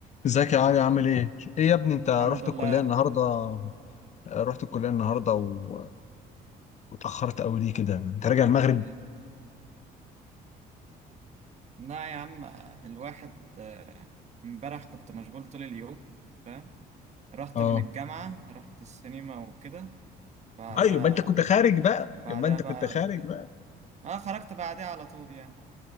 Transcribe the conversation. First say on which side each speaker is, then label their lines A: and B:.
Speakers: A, on the left; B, on the right.
A: ازيك يا علي عامل ايه؟ ايه يا ابني انت رحت
B: الحمد لله
A: الكلية النهاردة رحت الكلية النهاردة و... واتأخرت قوي ليه كده؟ انت راجع المغرب؟
B: آه، لا يا عم آه، الواحد آه، امبارح كنت مشغول طول اليوم فاهم رحت
A: اه
B: من الجامعة رحت السينما وكده بعدها
A: ايوه يبقى انت كنت خارج بقى
B: بعدها
A: يبقى انت
B: بقى
A: كنت خارج
B: رجعت
A: بقى
B: اه خرجت بعدها على طول يعني